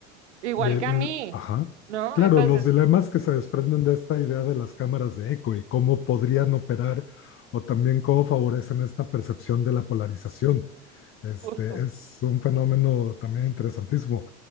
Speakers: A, on the right; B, on the left.
A: Igual
B: Y el,
A: que a mí,
B: ajá.
A: ¿no?
B: Claro,
A: Entonces,
B: los dilemas que se desprenden de esta idea de las cámaras de eco y cómo podrían operar o también cómo favorecen esta percepción de la polarización. Este
A: justo.
B: es un fenómeno también interesantísimo.